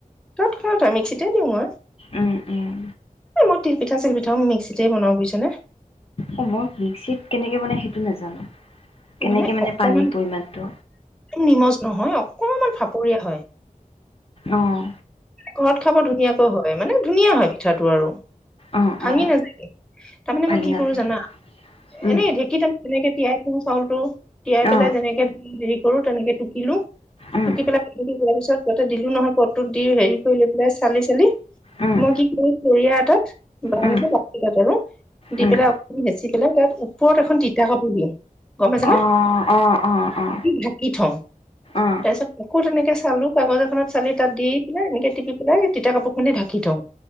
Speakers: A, in the centre; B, on the left.
A: তৎক্ষণটা মিক্সিতে দিওঁ মই
B: উম উম
A: মই তিলপিঠ আ পিঠা মিক্সিতেই বনা বুজছেনে
B: অ মই মিকট কেনেকে বনাই সেইটো নাজানো কেনেকে
A: মানে অকমান
B: পানীৰ পৰিমাণটো
A: নিমজ নহয় অকমান ভাপ। পৰি হয়
B: অহ
A: ঘৰত খাব ধুনীয়াকৈ হয় মানে। ধুনীয়া হয় পিঠাটো আৰু
B: অ
A: ভাঙি
B: অ
A: নাযায়ে তাৰমানে
B: ভাগি
A: মই কি
B: নাথাকে
A: কৰো জানা
B: উম
A: এনেই ঢেঁকীত তাৰ তেনেকে তিয়াই থওঁ চাউলটো তিয়াইেলাই
B: অ
A: যেনেকে ধ হেৰি কৰো তেনেকে টুকিলো
B: উম
A: ত কি পেলাই কি যোৱাৰ পিছত ইয়াতে দিলো নহয় পদটোত দি হেৰি। কৰি লৈ পেলাই চালি চালি
B: উম
A: মই কি কৰ চৰিয়া এটাত বা
B: উম
A: এক বাক এটাত আৰু দি
B: উম
A: পেলাই অক বেচি তাত ওপৰত এখন তিতা কাপোৰ দিয়ে। গম পাইছে না
B: অ অ অ অ
A: ঢাকি থওঁ
B: অ
A: তাৰ পিছত আকৌ তেনেকে চালো কাগজ এখনত চালি তাত দি পিনে এনেকে ি পাই তিতা কাপোৰ খ ঢাকি থওঁ